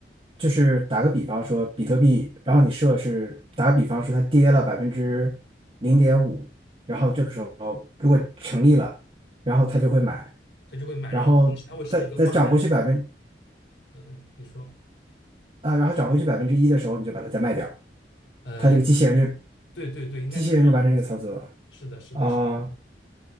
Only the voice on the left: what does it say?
它就会买，
然后同时它会设一个挂单。嗯、呃你说，
嗯、
呃对对对，应该就是这样的逻辑。
是的，是的，
是的，